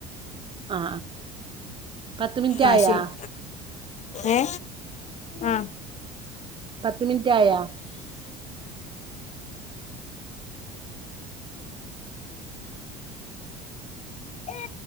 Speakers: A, on the right; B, on the left.
A: ആ പത്ത് മിനിറ്റ്
B: ആ
A: ആയാ
B: ശരി ഏ ആഹ്
A: പത്ത് മിനിറ്റ് ആയാ
B: ഓ